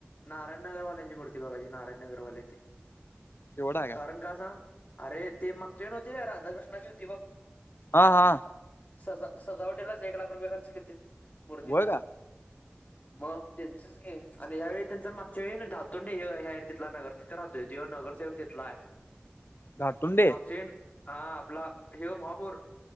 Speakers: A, on the left; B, on the left.
A: नारायणनगर वाल्यांची मूर्ती बघायची नारायण नगर वाल्यांची.
B: शेवट आहे
A: कारण का सांग, अरे ते मागच्या वेळी नव्हती काय राधाकृष्णाची हुती बघ
B: हा हा
A: सजा सजावटीलाच एक लाख रुपये खर्च केल्ते मूर्तीला.
B: होय का
A: म त्यांच. आणि यावेळी त्यांचा मागच्या वेळी धातोंडे हे ह्यायर तीथला नगर तिथं राहतोय नगरसेवक तीथलाय.
B: धाटुंडे
A: मागचीन हा आपला ह्यो महापौर.